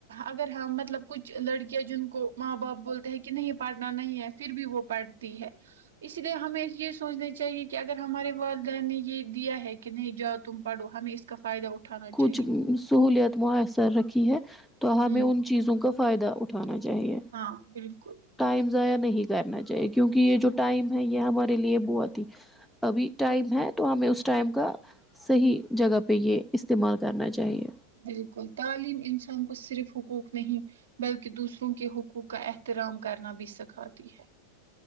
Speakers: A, on the right; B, in the centre.
A: اگر ہ مطلب کچھ لڑکیاں جن کو ماں باپ بولتے ہیں کہ کہ نہیں پڑھنا نہیں ہے پھر بھی وہ پڑھتی ہے اسی لیے ہمیں یہ سوچنا چاہیے کہ اگر ہمارے والدین نے یہ دیا ہے کہ نہیں جاؤ تم پڑھو ہمیں اس کا فائد اٹھانا
B: کچھ
A: چاہیے
B: سہولت میسر رکھی ہے تو
A: ہوں
B: ہمیں ان چیزوں کا فائدہ اٹھ اٹھانا چاہیے
A: ہاں بالکل
B: ٹائم ضائع نہیں کرنا چاہیے کیونکہ یہ جو ٹائم ہے یہ ہمارے لیے بہت ہی ابھی ٹائم ہے تو ہمیں اس ٹائم کا صحیح جگہ پہ یہ استعمال کرنا چاہیے
A: بالکل تعلیم انسان کو صرف حقوق نہیں بلکہ دوسروں کے حقوق کا احترام کرنا بھی سکھاتی ہے